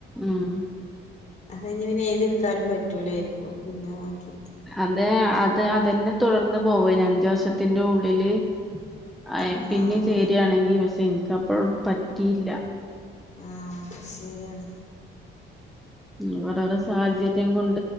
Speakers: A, in the centre; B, on the left.
A: ഉം
B: അത ഇനി പിനെ എഴതെടുക്കാനും പറ്റൂലായിരിക്കോ പിന്നെ ബാക്കി
A: അതെ അത് അതന്നെ തുടർന്ന് പോവ ഇനി അഞ്ചു വർസത്തിന്റെ ഉള്ളില് ആ
B: ആഹ്
A: പിന്നെ
B: ആഹ്
A: ചരിയാണെങ്കിൽ
B: ആഹ്
A: പക്ഷെ എനിക്ക് അപ്പഴ പറ്റിയില്ല.
B: ആഹ ശരിയാണ്
A: ഉ ഓരോര സാഹചര്യം കൊണ്ട്